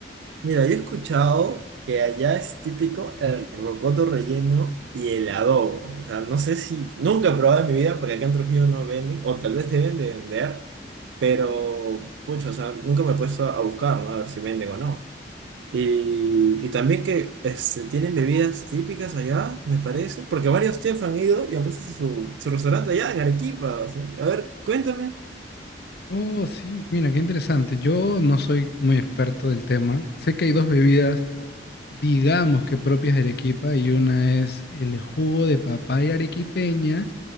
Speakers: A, on the right; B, on the left.
A: Mira, yo he escuchado que allá es típico el rocoto relleno y el adobo. O sea, no sé si nunca he probado en mi vida porque acá en Trujillo no venden, o tal vez deben de vender, pero pucha, o sea, nunca me he puesto a buscar, ¿no? A ver si venden o no. Y, y también que este, tienen bebidas típicas allá, me parece, porque varios chefs han ido y han puesto su, su restaurante allá en Arequipa. o sea, a ver, cuéntame.
B: Oh, sí, mira, qué interesante. Yo no soy muy experto del tema. Sé que hay dos bebidas, digamos que propias de Arequipa, y una es el jugo de papaya arequipeña.